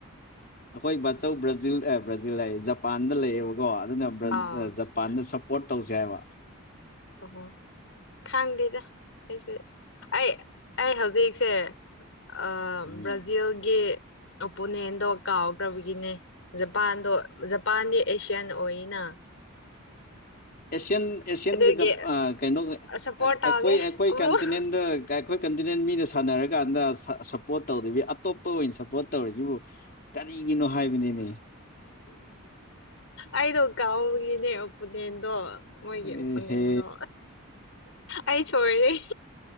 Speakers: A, on the left; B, on the left.
A: ꯑꯩꯈꯣꯏ ꯕꯥꯆꯧ ꯕ꯭ꯔꯥꯖꯤꯜ ꯑꯦ ꯕ꯭ꯔꯥꯖꯤꯜ ꯍꯥꯌꯦ ꯖꯄꯥꯟꯗ ꯂꯩꯌꯦꯕꯀꯣ ꯑꯗꯨꯅ ꯕ꯭ꯔ
B: ꯑꯥ
A: ꯖꯞ ꯄꯥꯟꯗ ꯁꯞꯄꯣꯔꯠ ꯇꯧꯖꯦ ꯍꯥꯏꯕ
B: ꯑꯣꯍꯣ ꯈꯪꯗꯦꯗ ꯑꯩꯁꯦ ꯑꯩ ꯑꯩ ꯍꯧꯖꯤꯛꯁꯦ ꯑ
A: ꯎꯝ
B: ꯕ꯭ꯔꯥꯖꯤꯜꯒꯤ ꯑꯣꯄꯣꯅꯦꯟꯗꯣ ꯀꯥꯎꯈ꯭ꯔꯕꯒꯤꯅꯦ ꯖꯄꯥꯟꯗꯣ ꯖꯄꯥꯟꯗꯤ ꯑꯦꯁꯤꯌꯥꯟ ꯑꯣꯏꯅ
A: ꯑꯦꯁꯤꯌꯌꯥꯟ ꯑꯦꯁꯤꯌꯥꯟꯒꯤ
B: ꯑꯗꯨꯒꯤ
A: ꯖ ꯀꯩꯅꯣ
B: ꯁꯞꯄꯣꯔꯠ ꯇꯧꯒꯦ
A: ꯑꯩꯈꯣꯏ ꯑꯩꯈꯣꯏ
B: ꯑꯃꯨꯛ
A: ꯀꯟꯇꯤꯅꯦꯟꯗ ꯑꯩꯈꯣꯏ ꯀꯟꯇꯤꯅꯦꯟ ꯃꯤꯅ ꯁꯥꯟꯅꯔꯀꯥꯟꯗ ꯁꯞꯄꯣꯔꯠ ꯇꯧꯗꯕꯤ ꯑꯇꯣꯞꯄ ꯑꯣꯏꯅ ꯁꯞꯄꯣꯔꯠ ꯇꯧꯔꯤꯖꯤꯕꯨ ꯀꯔꯤꯒꯤꯅꯣ ꯍꯥꯏꯕꯅꯤꯃꯤ
B: ꯑꯩꯗꯣ ꯀꯥꯎꯕꯒꯤꯅꯦ ꯑꯣꯄꯣꯅꯦꯟꯗꯣ ꯃꯣꯏꯒꯤ
A: ꯑꯦꯍꯦ
B: ꯑꯪꯄꯣꯅꯦꯜꯗꯣ ꯑꯩ ꯁꯣꯏꯔꯦ